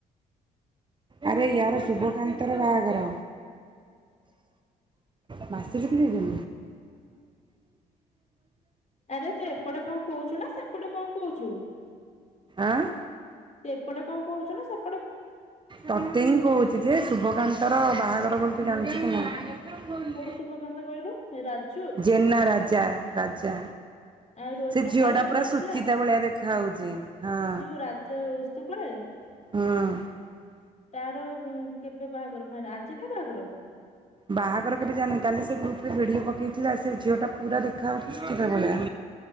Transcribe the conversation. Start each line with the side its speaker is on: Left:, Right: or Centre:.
Right: ଆରେ ୟାର ଶୁଭକାନ୍ତର ବାହାଘର। ବାସିରେ କିଣିଚ
Left: ଆରେ ତୁ ଏପଟେ କଣ କହୁଚୁ ନା ସେପଟେ କଣ କହୁଚୁ?
Right: ଆଁ
Left: ତୁ ଏପଟେ କଣ କହୁଚୁ ନା ସେ
Right: ତତେ ହିଁ କହୁଚି ଯେ ଶୁଭକାନ୍ତର ବାହାଘର ବୋଲି ତୁ ଜାଣିଚୁ କି ନାଁହି।
Left: କୋଉ ଶୁଭକାନ୍ତ କହିଲୁ ରାଜୁ
Right: ଜେନା ରାଜା ରାଜା।
Left: ଆଉ ଓସ୍ତପାଳ
Right: ସେ ଝିଅ ଟା
Left: ଯୋଉ
Right: ପୁରା
Left: ରାଜା
Right: ସୁଚିତା ଭଳିଆ ଦେଖା ହଉଚି ହଁ।
Left: ଯୋଉ ରାଜା ଓସ୍ତପାଳ
Right: ହଁ।
Left: ତାର କେବେ ବାହାଘର ଫାଇ ଆଜି ତା ବାହାଘର।
Right: ବାହାଘର କେବେ ଜାଣିନି କାଲି ସେ ଗ୍ରୁପରେ ଭିଡ଼ିଓ ପକେଇଥିଲା ସେ ଝିଅଟା ପୁରା ଦେଖାଯାଉଚି ସୁଚିତା ଭଳିଆ।